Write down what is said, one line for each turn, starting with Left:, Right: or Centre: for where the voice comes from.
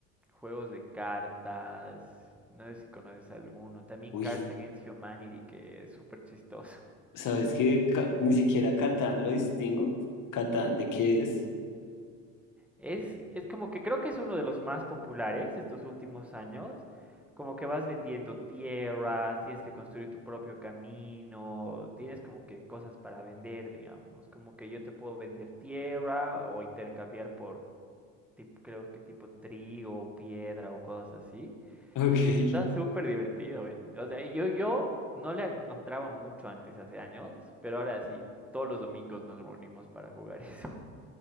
Centre: juegos de cartas, no sé si conoces alguno. También
Left: Uy,
Centre: Cards Against Humanity, que es súper chistoso.
Left: ¿sabes qué? Ca- ni siquiera Catán lo distingo. ¿Catán de qué es?
Centre: Es, es como que creo que es uno de los más populares estos últimos años. Como que vas vendiendo tierras, tienes que construir tu propio camino, tienes como que cosas para vender, digamos. Como que yo te puedo vender tierra o intercambiar por, tip- creo que tipo trigo o piedra o cosas así.
Left: Ok, <laughs>
Centre: Está súper divertido, ven. O sea, yo, yo no le encontraba mucho antes, hace años, pero ahora sí, todos los domingos nos reunimos para jugar <laughs> eso.